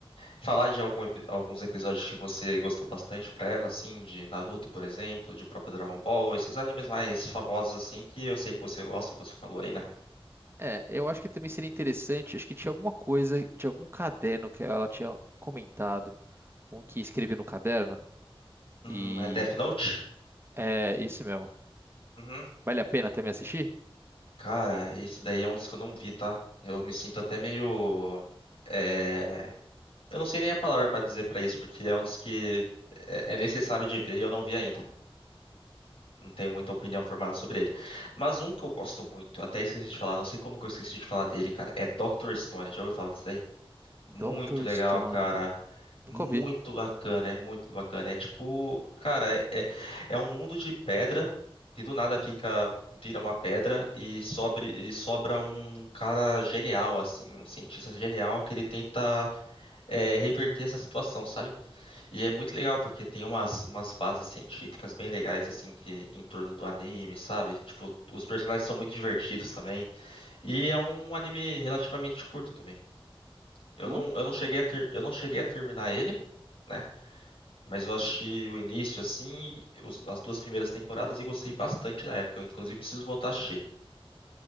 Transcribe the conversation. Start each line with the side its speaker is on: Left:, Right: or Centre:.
Left: Falar de algum epi- alguns episódios que você gostou bastante pra ela, assim, de Naruto, por exemplo, de próprio Dragon Ball, esses animes mais famosos, assim, que eu sei que você gosta e você falou aí, né?
Right: É, eu acho que também seria interessante, acho que tinha alguma coisa de algum caderno que ela tinha comentado. Um que escreveu no caderno.
Left: Hum,
Right: E
Left: é Death Note?
Right: é esse mesmo.
Left: Uhum.
Right: Vale a pena também assistir?
Left: Cara, esse daí é um dos que eu não vi, tá? Eu me sinto até meio. É... Eu não sei nem a palavra pra dizer pra isso, porque é um dos que é é necessário de ver e eu não vi ainda. Não tenho muita opinião formada sobre ele. Mas um que eu gosto muito, até esqueci de falar, não sei como que eu esqueci de falar dele, cara, é Dr. Stone. Já ouviu falar disso aí?
Right: Dr.
Left: Muito legal,
Right: Stone.
Left: cara.
Right: Nunca
Left: Muito
Right: ouvi.
Left: bacana, é muito bacana. É tipo, cara, é, é é um mundo de pedra que do nada fica, vira uma pedra e, sobre, e sobra um cara genial, assim, um cientista genial que ele tenta é, reverter essa situação, sabe? E é muito legal, porque tem umas, umas bases científicas bem legais, assim, que em torno do anime, sabe? Tipo, os personagens são muito divertidos também. E é um anime relativamente curto também. Eu
Right: Pô.
Left: não, eu não cheguei a ter, eu não cheguei a terminar ele, né? Mas eu achei o início, assim, os- as duas primeiras temporadas e gostei bastante na época. Inclusive, preciso voltar a assistir.